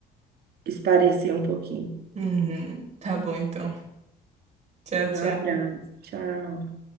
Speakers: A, on the right; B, on the right.
A: esparecer um pouquinho.
B: Uhum. Tá bom, então. Tchau,
A: Um
B: tchau.
A: abraço. Tchau.